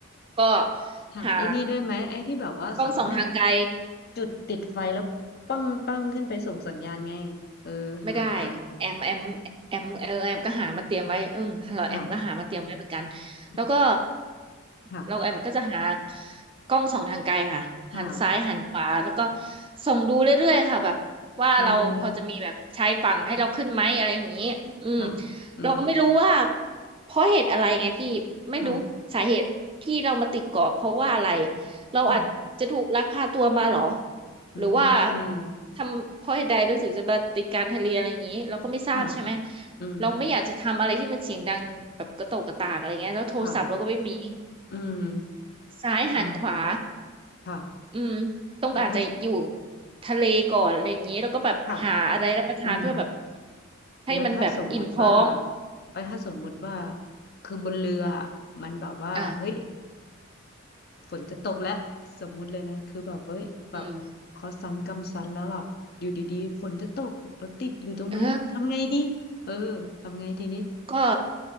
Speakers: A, on the right; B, on the left.
A: ก็
B: หาไอ้นี่ด้วยไหมไอ้ที่แบบว่าสามารถ
A: หากล้องส่องทางไกล
B: จุดติดไฟแล้วปั้งปั้งขึ้นไปส่งสัญญาณไงเออหาหาหา
A: ไม่ได้แอมแอมแอมเออแอมก็หามาเตรียมไว้อืมเราแอมก็หามาเตรียมไว้เหมือนกัน
B: ค่ะอืม
A: แล้วก็
B: ค่ะ
A: เราแอมก็จะหากล้องส่องทางไกลค่ะหันซ้ายหันขวาแล้วก็
B: ค่ะ
A: ส่องดูเรื่อยๆค่ะแบบว่าเราพอจะมีแบบชายฝั่งให้เราขึ้นไหมอะไรอย่างนี้อืม
B: อืมค่ะอืม
A: เราไม่รู้ว่าเพราะเหตุอะไรไงพี่ไม่รู้สาเหตุที่เรามาติดเกาะเพราะว่าอะไร
B: ค่ะ
A: เราอาจจะถูกลักพาตัวมาเหรอ
B: ค่ะอื
A: หรือว่า
B: ม
A: ทำเพราะเหตุใดเราถึงจะมาติดการทะเลอะไรอย่างนี้เราก็ไม่ทราบใช่ไหม
B: ค่ะอืม
A: เราไม่อยากจะทำอะไรที่มันเสียงดังแบบกระโตกกระตากอะไรเงี้ยแล้วโทรศัพท์เราก็ไม่มี
B: ค่ะอืม
A: ซ้ายหันขวา
B: อ่าค่ะ
A: อืมต้องอาจจะอยู่
B: อ่าถ้า
A: ทะเลก่อนอะไรอย่างนี้แล้วก็แบบหาอะไรรับประทานเพื่อแบบ
B: ค่ะอืม
A: ให้มันแบบอิ่มท้อง
B: แล้วถ้าสมมุติว่าอ่าถ้าสมมุติว่า คือบนเรืออะมันแบบว่าเฮ้ย
A: อ่า
B: ฝนจะตกแล้วสมมุติเลยนะคือแบบเฮ้ยแบบขอสังกำสันแล้วแบบอยู่ดีๆฝนจะตกรถติดอยู่ตรงนั้นทำไงดีเออทำไงทีนี้
A: อืมเออ ก็